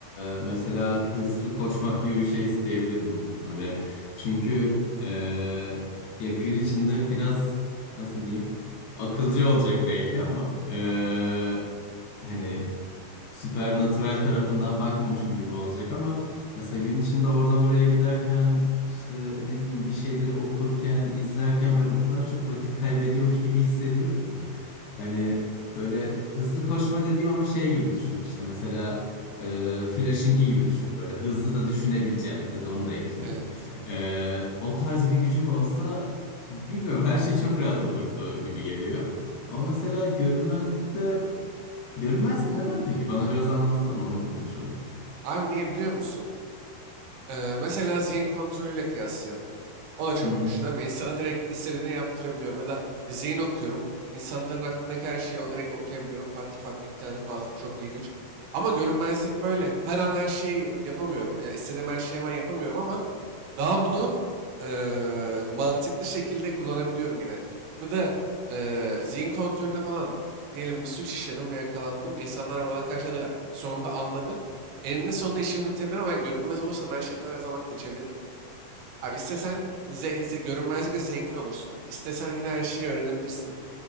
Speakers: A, on the left (about 75°); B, on the right (about 85°).
A: e, mesela hızlı koşmak gibi bir şey isteyebilirdim böyle. Çünkü e, ya gün içinde biraz nasıl diyeyim akılcı olacak belki ama e, hani supernatural tarafından bakmamışım gibi olacak ama mesela gün içinde oradan oraya giderken işte ne bileyim bir şeyleri okurken, izlerken ben o kadar çok vakit kaybediyormuş gibi hissediyorum ki. Hani böyle hızlı koşma dediğim ama şey gibi düşün. İşte mesela e, Flash'ınki gibi düşün böyle. Hızlı da düşünebileceğim. Hadi onu da ekleyeyim.
B: Evet.
A: E, o tarz bir gücüm olsa bilmiyorum her şey çok rahat olurdu gibi geliyor. Ama mesela görünmezlikte Görünmezlik neden peki? Bana biraz anlatsana onu bir konuşalım.
B: Abi niye biliyor musun? Ee, mesela zihin kontrolüyle kıyaslayalım. O da çok
A: Hı hı.
B: güçlü değil mi insana direkt istediğini yaptırabiliyorum. Ya da zihin okuyorum. İnsanların aklındaki her şeyi direkt okuyabiliyorum. Farklı farklı iki tane fazla. Çok iyi güç. Ama görünmezlik böyle. Her an her şeyi yapamıyorum. Ya istediğim her şeyi hemen yapamıyorum ama Daha bunu eee, mantıklı şekilde kullanabiliyorum yine. Ya da eee zihin kontrolüne falan diyelim bir suç işledim ve yakalandım. İnsanlar bana karşı da sonunda anladı. Eninde sonunda işimi bitirebilir ben görünmez olursam her şeyden her zaman kaçabilirim. Abi istesen ze- ze- görünmezlikle zengin olursun. İstesen yine her şeyi öğrenebilirsin.